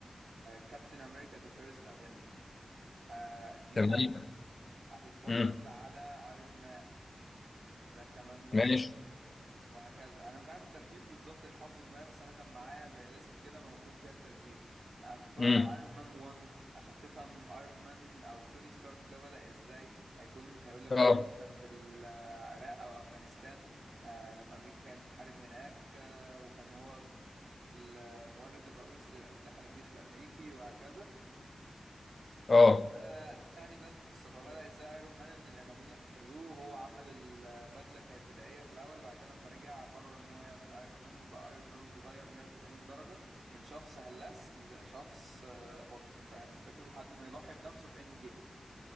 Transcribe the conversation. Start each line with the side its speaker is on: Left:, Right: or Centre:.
Right: كابتن امريكا ذا فيرست افنجر آه دي
Left: تمام
Right: حاجة هتتفرج
Left: امم
Right: على ايرون مان ده كمان لوحده
Left: ماشي
Right: وهكذا انا مش عارف الترتيب بالظبط مش حافظه دماغي بس انا كان معايا زي ليست كده موجود فيها الترتيب هتتفرج
Left: امم
Right: على ايرون مان 1 عشان تفهم ايرون مان او توني ستارك ده بدأ ازاي هيكون هيقول لك
Left: اه
Right: بقى ان هو كان في العراق او افغانستان آه لما امريكا كانت بتحارب هناك آه وكان هو المورد الرئيسي للأسلحة للجيش الأمريكي وهكذا
Left: اه
Right: ده ده يعني ده القصه فبدا ازاي ايرون مان ان الارهابيين احتجزوه وهو عمل البدله كانت بدائيه في الاول بعد كده لما رجع قرر ان هو يعمل ايرون مان وبقى ايرون مان واتغير 180 درجه من شخص هلاس لشخص آه، بطل فاهم الفكره لحد ما يضحي بنفسه في اند جيم